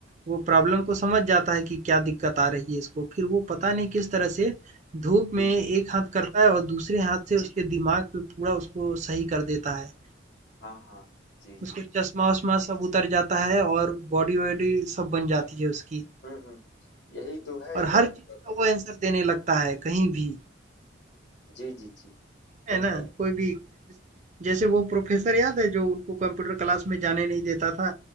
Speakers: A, on the right (about 35°); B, on the left (about 65°).
A: वो
B: हम्म
A: प्रॉब्लम
B: हम्म,
A: को समझ जाता है कि क्या दिक्कत आ रही है इसको फिर वो पता नहीं किस तरह से धूप
B: जी
A: में एक
B: जी
A: हाथ करता है और दूसरे हाथ से उसके दिमाग पे पूरा उसको सही कर देता है
B: हाँ हाँ जी जी
A: उसको चश्मा वश्मा सब उतर जाता है और बॉडी वॉडी सब बन जाती है उसकी
B: हम्म हम्म यही तो है
A: और
B: जादू
A: हर चीज़
B: का
A: का
B: कमाल
A: वो आंसर देने लगता है कहीं भी
B: जी जी जी
A: है
B: अब
A: ना कोई भी जैसे वो प्रोफेसर याद है जो उनको कंप्यूटर क्लास में जाने नहीं देता था